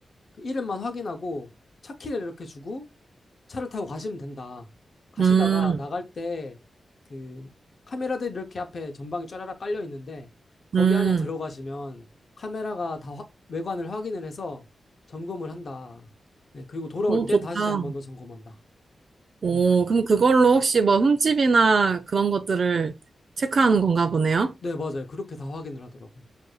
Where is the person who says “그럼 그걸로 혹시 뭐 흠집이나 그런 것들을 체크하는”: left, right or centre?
Right